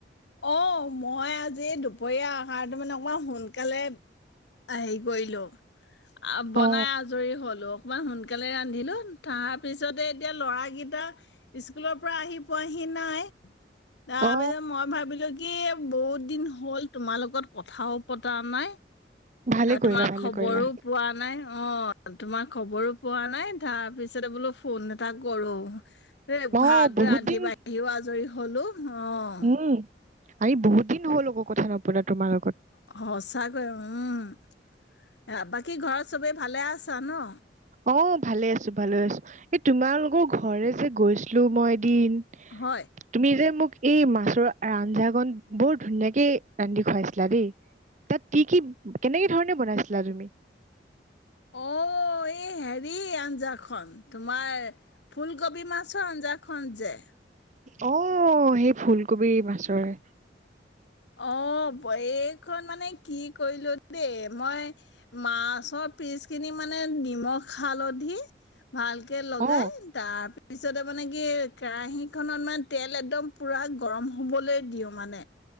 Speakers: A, on the left (about 80°); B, on the right (about 45°).
A: অ', মই আজি দুপৰীয়া আহাৰটো মানে অকমান সোনকালে হেই কৰিলোঁ। আ বনাই
B: অ
A: আজৰি হ'লোঁ। কমান সোনকালে ৰান্ধিলোঁ, তাৰ পিছতে এতিয়া ল'ৰাকিটা স্কুলৰ পৰা আহি পোৱাহি নাই তাপিছত
B: অ
A: মই ভাৱ বিলো‌ কি বহুত দিন হ'ল তোমাৰ লগত কথাও পতা নাই
B: ভালে কৰিলা
A: তোমাৰ
B: ভালে
A: খবৰো
B: কৰিলা
A: পোৱা নাই, অ', তোমাৰ খবৰো পোৱা নাই তাৰ পিছতে বোলো ফোন এটা কৰোঁ এ,
B: অ
A: ভাত
B: বহুত
A: ৰান্ধি
B: দিন
A: বাঢ়িও আজৰি হ'লো অ'
B: উম আমি বহুত দিন হ'ল আকৌ কথা নপতা, তোমাৰ লগত
A: সচাকৈ উম বাকী ঘৰত চবেই ভালে আছা ন?
B: অ ভালে আছো ভালে আছো। এই তোমালোকৰ ঘৰে যে গৈছিলো মই দিন
A: হয়
B: তুমি যে মোক এই মাছৰ আঞ্জাকণ বৰ ধুনীয়াকে ৰান্ধি খুৱাইছিলা দেই তাত কি কি কেনেকে ধৰণে বনাইছিলা তুমি?
A: অ' এই হেৰি আঞ্জাখন তোমাৰ ফুলকবি মাছৰ আঞ্জাখন যে?
B: অ সেই ফুলকবি মাছৰে,
A: অ বক মানে কি কৰিলো দেই মই মাছৰ পিচ খিনি মানে নিমখ হালধি, ভালকে লগাই
B: অ
A: তাৰপিছ তাৰপিছতে মানে কি কেৰাহিখনত মানে তেল একদম পুৰা গৰম হবলৈ দিওঁ মানে